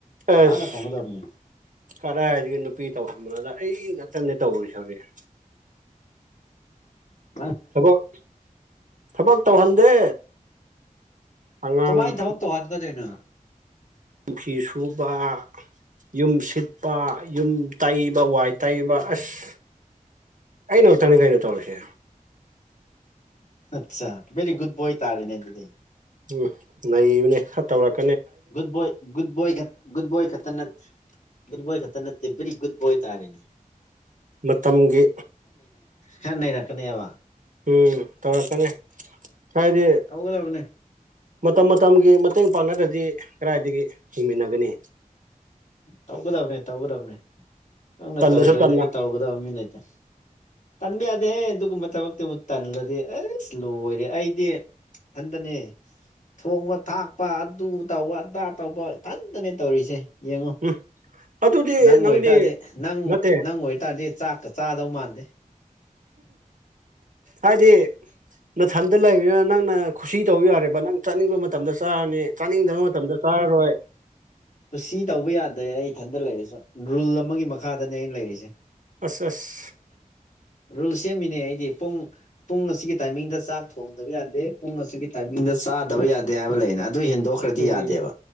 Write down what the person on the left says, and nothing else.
ꯅꯨꯄꯥꯅ
ꯊꯣꯡꯒꯗꯕꯅꯤ
ꯑꫭ
ꯀꯃꯥꯏꯅ ꯊꯕꯛ ꯇꯧꯍꯟꯒꯗꯣꯏꯅꯣ
ꯑꯆꯥ ꯕꯦꯔꯤ ꯒꯨꯗ ꯕꫭꯏ ꯇꯥꯔꯦꯅꯦ ꯑꯗꯨꯗꯤ
ꯨꯒꯨꯗ ꯕꫭꯏ ꯒꯨꯗ ꯕꫭꯏꯒ ꯒꯨꯠ ꯕꯣꯏ ꯈꯠꯇ ꯅꯠ ꯒꯨꯠ ꯕꯣꯏ ꯈꯠꯇ ꯅꯠꯇꯦ ꯕꯔꯤ ꯒꯨꯠ ꯕꫭꯏ ꯇꯥꯔꯦꯅꯤ
ꯈꯔ ꯅꯩꯔꯛꯅꯤꯕ
ꯇꯧꯒꯗꯕꯅꯦ
ꯇꯧꯒꯗꯕꯅꯦ ꯇꯧꯒꯗꯕꯅꯤ ꯅꯪꯅ
ꯇꯧꯗꯒꯗꯤ
ꯇꯧꯒꯗꯕ ꯃꯤ ꯂꯩꯇꯦ ꯇꯟꯕ ꯌꯥꯗꯦꯍꯦ ꯑꯗꯨꯒꯨꯝꯕ ꯊꯕꯛꯇꯤꯕꯨ ꯇꯜꯂꯗꯤ ꯑꯁ ꯂꯣꯏꯔꯦ ꯑꯩꯗꯤ ꯊꯟꯗꯅꯦ ꯊꯣꯡꯕ ꯊꯥꯛꯄ ꯑꯗꯨ ꯇꯧꯕ ꯑꯗꯥ ꯇꯧꯕ ꯏꯊꯟꯇꯅꯦ ꯇꯧꯔꯤꯁꯦ ꯌꯦꯡꯉꯣ
ꯅꯪ ꯑꯣꯏꯇꯥꯗꯤ
ꯅꯪ
ꯅꯪ ꯑꯣꯏꯇꯥꯗꯤ ꯆꯥꯛꯀ ꯆꯥꯗꯧ ꯃꯥꯟꯗꯦ
ꯀꯨꯁꯤ ꯇꯧꯕ ꯌꯥꯗꯦ ꯑꯩ ꯏꯊꯟꯇ ꯂꯩꯔꯁꯨ ꯔꯨꯜ ꯑꯃꯒꯤ ꯃꯈꯥꯗꯅꯦ ꯑꯩꯅ ꯂꯩꯔꯤꯁꯦ
ꯔꯨꯜ ꯁꯦꯝꯃꯤꯅꯦ ꯑꯩꯗꯤ ꯄꯨꯡ ꯄꯨꯡ ꯑꯁꯤꯒꯤ ꯇꯥꯏꯃꯤꯡꯗ ꯆꯥꯛ ꯊꯣꯡꯗꯕ ꯌꯥꯗꯦ ꯄꯨꯡ ꯑꯁꯤꯒꯤ ꯇꯥꯏꯃꯤꯡꯗ ꯆꯥꯗꯕ ꯌꯥꯗꯦ ꯍꯥꯏꯕ ꯂꯩꯅ ꯑꯗꯨ ꯍꯦꯟꯗꯣꯛꯈ꯭ꯔꯗꯤ
ꯌꯥꯗꯦꯕ